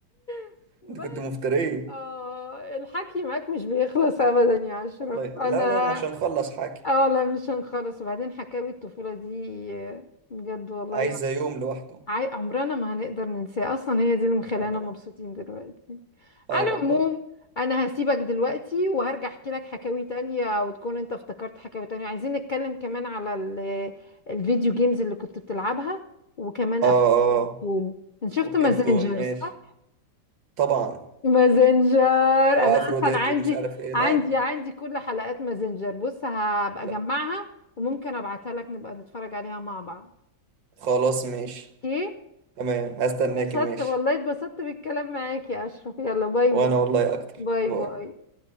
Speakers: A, on the left; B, on the right.
A: <laughs>
B: <laughs> انت
A: بس
B: كنت مفتريه
A: آه الحكي معاك مش بيخلص ابدا يا اشرف
B: الله ي...
A: انا
B: لا لا مش هنخلص حاجه
A: اه لا مش هنخلص وبعدين حكاوي الطفوله دي آه، بجد والله
B: عايزه يوم لوحده
A: عاي... عمرنا ما هنقدر ننساه اصلا هي دي اللي مخلانا
B: اه طبعا
A: مبسوطين دلوقتي على
B: اه والله
A: العموم انا هسيبك دلوقتي وهرجع احكي لك حكاوي تانية وتكون انت افتكرت حكاوي تانية عايزين نتكلم كمان على ال... الفيديو جيمز اللي كنت بتلعبها وكمان
B: اه
A: افلام
B: اه
A: الكرتون انت شفت
B: والكرتون
A: مازنجر
B: ماشي
A: صح
B: طبعا
A: مازنجر
B: وافروديت
A: انا اصلا عندي
B: ومش عارف ايه
A: عندي
B: لا لا
A: عندي كل حلقات مازنجر بص هبقى
B: لا
A: اجمعها وممكن ابعتها لك نبقى نتفرج عليها مع بعض
B: خلاص ماشي
A: اوكي
B: تمام هستناكي
A: اتبسطت
B: ماشي
A: والله اتبسطت بالكلام معاك يا أشرف يلا باي
B: وانا
A: باي
B: والله اكتر
A: باي
B: باي
A: باي